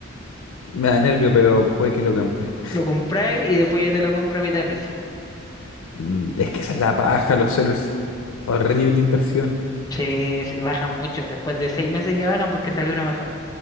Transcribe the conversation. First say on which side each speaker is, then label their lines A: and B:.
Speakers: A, on the left; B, on the left.
A: <laughs> Me da nervio, pero puede que lo compre.
B: Lo compráis y después yo te lo compro a mitad de precio.
A: Mm, Es que esa es la paja, los celus. Horrible inversión.
B: Sí, sí, bajan mucho. Después de seis meses ya bajan porque salió uno mejor.